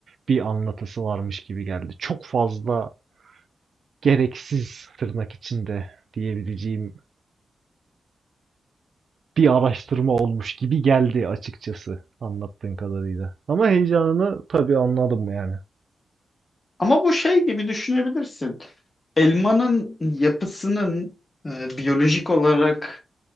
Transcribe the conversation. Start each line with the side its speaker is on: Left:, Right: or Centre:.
Right: bir anlatısı varmış gibi geldi. Çok fazla gereksiz tırnak içinde diyebileceğim bir araştırma olmuş gibi geldi açıkçası anlattığın kadarıyla. Ama heyecanını tabii anladım yani.
Left: Ama bu şey gibi düşünebilirsin. Elmanın yapısının e, biyolojik olarak